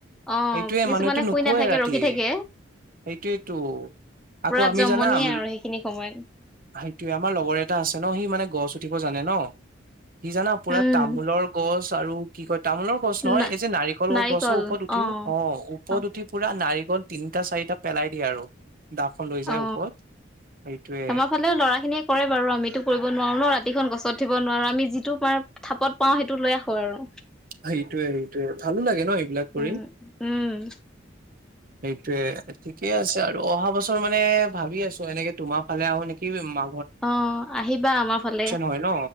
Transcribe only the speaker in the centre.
অ
কিছুমানে
শুই নাথাকে
ৰখি থাকে
পুৰা
জমনিয়ে
আৰু সেইখিনি সময়ত
উম
ন
নাৰিকল
অ
অ
অ
আমাৰ ফালেও ল'ৰা খিনিয়ে কৰে বাৰু আমিতো কৰিব। ব নোৱাৰো ন ৰাতিখন গছত উঠিব নোৱাৰো আমি যিটো আমাৰ থাপত পাওঁ সেইটো লৈ আহু। ক আৰু
উম উম।
অ আহিবা আমাৰ ফালে